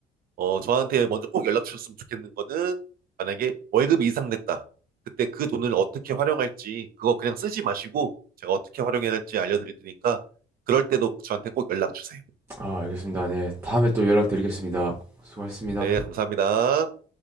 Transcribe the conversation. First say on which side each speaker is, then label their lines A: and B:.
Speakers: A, on the right; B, on the right.
A: 어, 저한테 먼저 꼭 연락 주셨으면 좋겠는 거는 만약에 월급 이상 냈다. 그때 그 돈을 어떻게 활용할지, 그거 그냥 쓰지 마시고, 제가 어떻게 활용해야 할지 알려드릴 테니까, 그럴 때도 저한테 꼭 연락 주세요.
B: 아, 알겠습니다. 네, 다음에 또 연락드리겠습니다. 수고하셨습니다.
A: 네, 감사합니다.